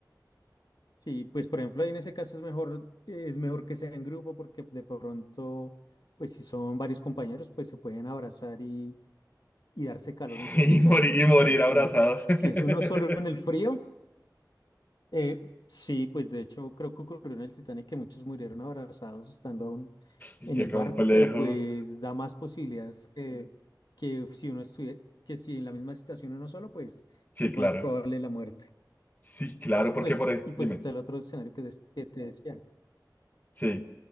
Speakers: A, on the left (about 70°); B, on the left (about 25°).
A: Sí, pues por ejemplo, ahí en ese caso es mejor, eh, es mejor que sea en grupo porque de pronto, pues si son varios compañeros, pues se pueden abrazar y, y darse calor
B: <laughs>
A: entre
B: y
A: sí, pero
B: morir, y morir
A: por ejemplo,
B: abrazados.
A: eh, si es uno
B: <laughs>
A: solo en el frío, Eh, sí, pues de hecho creo que ocurrió en el Titanic que muchos murieron abrazados estando aún
B: Y
A: en
B: Qué
A: el
B: complejo.
A: barco, pero pues da más posibilidades que, que si uno estuviera, que si en la misma situación uno solo, pues
B: Sí,
A: es
B: claro.
A: más probable la muerte.
B: Sí, claro,
A: Y
B: porque
A: pues,
B: por ahí,
A: y pues
B: dime.
A: está el otro escenario que, des- que te decía.
B: Sí.